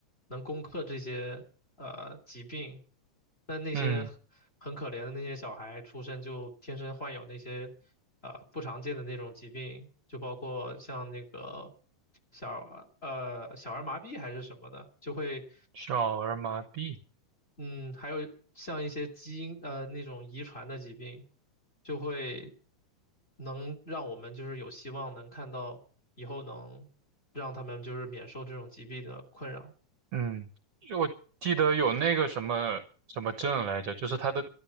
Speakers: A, on the left; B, on the right.
A: 能攻克这些呃疾病。那那些很很可怜的那些小孩，
B: 嗯，
A: 出生就天生患有那些呃不常见的那种疾病，就包括像那个小儿呃小儿麻痹还是什么的，就会。
B: 小儿麻痹，
A: 嗯，还有像一些基因呃那种遗传的疾病，就会能让我们就是有希望能看到以后能让他们就是免受这种疾病的困扰。
B: 嗯，就我记得有那个什么什么症来着，就是他的